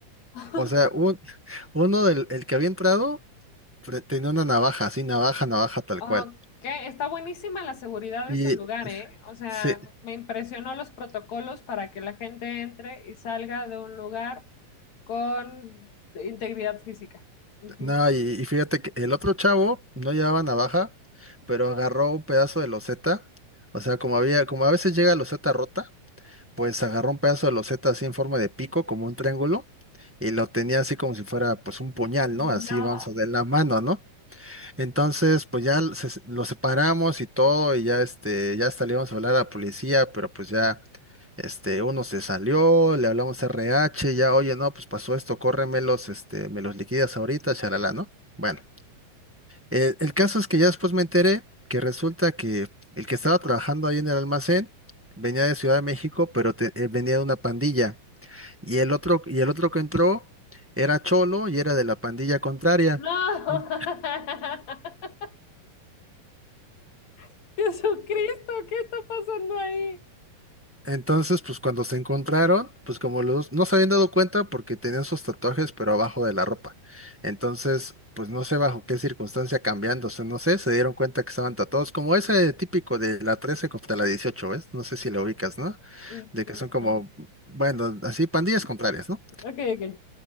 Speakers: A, on the left; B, on the right.
A: <laughs>
B: o sea, un- <laughs> uno del el que había entrado pre- tenía una navaja, así, navaja, navaja tal
A: Ok,
B: cual.
A: está buenísima la seguridad de
B: Y,
A: ese lugar, ¿eh? O sea,
B: se,
A: me impresionó los protocolos para que la gente entre y salga de un lugar con integridad física. Ujú.
B: no, y, y fíjate que el otro chavo no llevaba navaja, pero agarró un pedazo de loseta, o sea, como había, como a veces llega loseta rota. Pues agarró un pedazo de loseta así en forma de pico, como un triángulo, y lo tenía así como si fuera pues un puñal,
A: No,
B: ¿no? Así vamos a ver la mano, ¿no? Entonces, pues ya se- lo separamos y todo, y ya este, ya hasta le íbamos a hablar a la policía, pero pues ya, este, uno se salió, le hablamos a RH, ya, oye, no, pues pasó esto, córremelos, este, me los liquidas ahorita, charalá, ¿no? Bueno. Eh, el caso es que ya después me enteré que resulta que el que estaba trabajando ahí en el almacén venía de Ciudad de México, pero te- eh, venía de una pandilla. Y el otro, y el otro que entró era cholo y era de la pandilla contraria.
A: no.
B: En-
A: <laughs> <laughs> Jesucristo, ¿qué está pasando ahí?
B: Entonces, pues cuando se encontraron, pues como los dos no se habían dado cuenta porque tenían sus tatuajes, pero abajo de la ropa. Entonces, pues no sé bajo qué circunstancia cambiándose, no sé, se dieron cuenta que estaban tatuados, como ese típico de la 13 contra la 18, ¿ves? No sé si lo ubicas, ¿no?
A: No.
B: de que son como, bueno, así pandillas contrarias, ¿no?
A: Ok, ok.